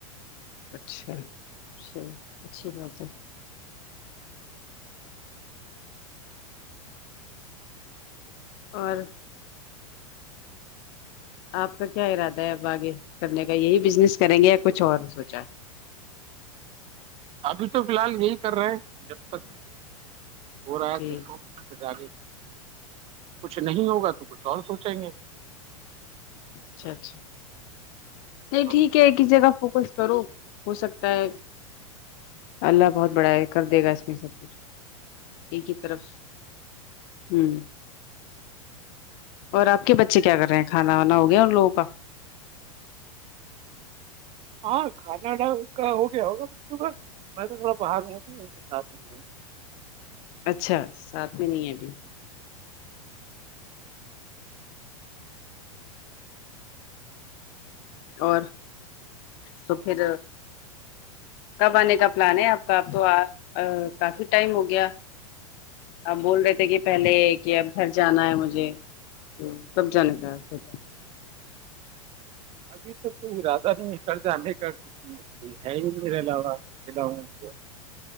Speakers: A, on the left; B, on the right.
A: اچھای اچھی بات ہے اور آپ کا کیا ارادہ ہے اب آگے کرنے کا یہی بزنس کریں گے یا کچھ اور سوچا
B: ابھی تو فی الحال یہی کر رہے ہیں جب تک ہو رہا
A: جی
B: تھا سق پھر آگے کچھ نہیں ہوگا تو کچھ اور سوچیں گے
A: اچھا اچھا نہیں
B: ہاں
A: ٹھیک ہے ایک ہی جگہ فوکس کرو ہو سکتا ہے اللہ بہت بڑا کر دے گا اس میں سب کچھ ایک ہی طرف ہوں اور آپ کے بچے کیا کر رہے ہیں کھانا وانا ہو گیا اور ان لوگوں کا
B: ہاں کھانا ڈا کا ہو گیا ہوگا ب میں تو تھوڑا باہر ہ ان کے ساتھ ہیوں
A: اچھا ساتھ میں نہیں ہے ابھی اور تو پھر کب آنے کا پلان ہے آپ کا اب تو کافی ٹائم ہو گیا اب بول رہے تھے کہ پہلے کہ اب گھر جانا ہے مجھے کب جانے کا سوچا
B: ابھی تو کوئی ارادہ نہیں نکل جانے کا کو ہے ہی میرے علاوہلا کو